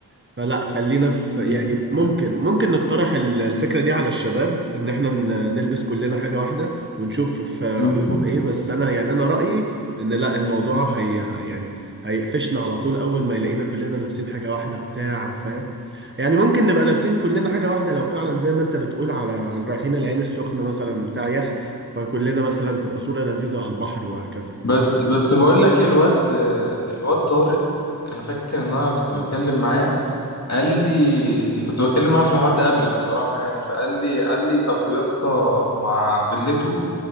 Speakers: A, on the right; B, on the left.
A: فلا خلينا في
B: مم.
A: يعني ممكن ممكن نقترح ال- الفكرة دي على الشباب ان احنا ن- نلبس كلنا حاجة واحدة ونشوف في
B: مم.
A: رأيهم ايه بس انا يعني انا رأيي ان لا الموضوع هي يعني هيقفشنا على طول اول ما يلاقينا كلنا لابسين حاجة واحدة بتاع فاهم يعني ممكن نبقى لابسين كلنا حاجة واحدة لو فعلا زي ما انت بتقول على رايحين العين السخنة مثلا بتاع يخت فكلنا مثلا تبقى صورة لذيذة على البحر وهكذا
B: بس بس بقول لك إيه الواد الواد طارق أنا فاكر إن أنا كنت بتكلم معاه قال لي كنت بتكلم معاه في الحوار ده قبلك بصراحة يعني فقال لي قال لي طب يا اسطى مع فيلته